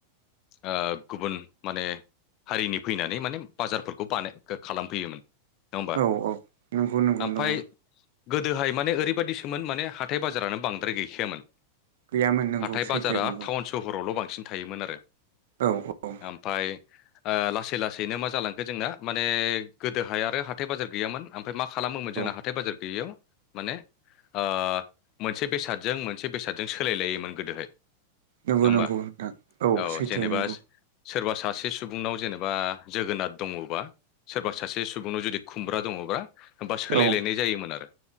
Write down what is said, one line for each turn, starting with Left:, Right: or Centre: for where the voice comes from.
Left: ओ गुबुन माने हारिनि फैनानै माने बाजारफोरखौ बानाय खालाम नङा होमबा
Right: औ औ नंगौ नंगौ
Left: ओमफाय
Right: नंगौ
Left: गोदोहाय माने ओरै बायदिसोमोन माने हाथाय बाजारानो बांद्राय गैखायामोन
Right: गैयामोन नंगौ
Left: हाथाय
Right: सैथो
Left: बाजारा
Right: नंगौ
Left: टाउन सहरावल' बांसिन बांसिन थायोमोन आरो
Right: औ औ
Left: ओमफाय ओ लासै लासैनो मा जालांखो जोंना माने गोदोहाय आरो हाथाय बाजार गैयामोन ओमफ्राय मा खालामोमोन जोंना
Right: औ
Left: हाथाय बाजार गैयियाव माने ओ मोनसे बेसादजों मोनसे बेसादजों सोलायलायोमोन गोदोहाय
Right: नंगौ
Left: नङा होमबा
Right: नंगौ नोंथां
Left: औ
Right: सैथो
Left: जेनेबा
Right: नंगौ
Left: सोरबा सासे सुबुंनाव जेनेबा जोगोनाथ दङबा सोरबा सासे सुबुंनाव जुदि खुमब्रा दङबा होमबा सोलायलायनाय
Right: औ
Left: जायोमोन आरो